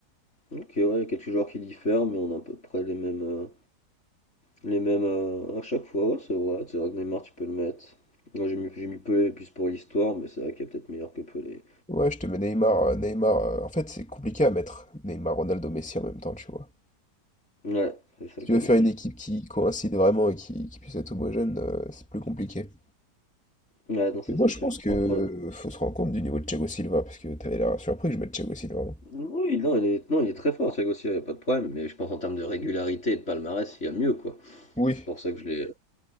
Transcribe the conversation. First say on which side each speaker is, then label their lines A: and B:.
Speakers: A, on the left; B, in the centre.
A: Ok, ouais, il y a quelques joueurs qui diffèrent, mais on a à peu près les mêmes... euh, Les mêmes euh, à chaque fois, ouais, c'est vrai. C'est vrai que Neymar, tu peux le mettre. Moi, j'ai mis, j'ai mis Pelé plus pour l'histoire, mais c'est vrai qu'il est peut-être meilleur que Pelé.
B: Ouais, je te mets Neymar, euh, Neymar. euh, en fait, c'est compliqué à mettre Neymar, Ronaldo, Messi en même temps, tu vois.
A: Ouais, c'est ça
B: Si
A: le
B: tu
A: truc.
B: veux faire une équipe qui coïncide vraiment et qui, qui puisse être homogène, euh, c'est plus compliqué.
A: Ouais, non, ça
B: Mais moi,
A: c'est
B: je
A: sûr.
B: pense que euh,
A: Après,
B: faut se rendre compte du niveau de Thiago Silva, parce que t'avais l'air surpris que je mette Thiago Silva. hein.
A: oui, non, il est, non, il est très fort, Thiago Silva, il n'y a pas de problème, mais je pense en termes de régularité et de palmarès, il y a mieux, quoi.
B: Oui.
A: C'est pour ça que je l'ai